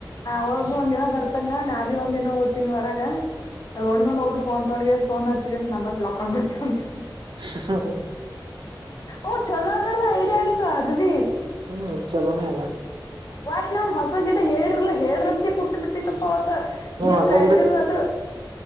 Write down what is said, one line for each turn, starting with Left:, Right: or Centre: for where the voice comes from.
Left: ಹೋಗ ಒಂದ ದಿನ ಬರ್ತಾನ ನಾ ಭಿ ಒಂದ ದಿನ ಹೋಗ್ತೀನಿ ಹೊರಗ ರೋಡ್ ಮ ಹೋಗರು ಫೋನ್ ತೊಂಡಗಗೆ ನ್ ಹಚ್ನಂಬರ್ ಬ್ಲಾಕ್ ಆಗ್ಬಿಡ್ತವ ಅಂತ
Right: ಹ
Left: ಓ ಚಲೋ ಅದಲ್ಲ ಡ ಆತ ಅದ್ವಿ
Right: ಹ್ಮ್ ಚಲೋನೇ ಅಲ್ಲ
Left: ಬಟ್ ನಾ್ ಹೊಸ ಗಡ ಹೇಳಿಲ್ಲ ಹೇಳ್ರ ಅಂತ ಕುೂತ್ ಬಿಟ್ಟ ಪ್ಪ ಅವತ ನೀವ್
Right: ಹೊಸ
Left: ಕೈ
Right: ಗಿಡಕ್
Left: ಇಲ್ದಿದ ಆದ್ರೂ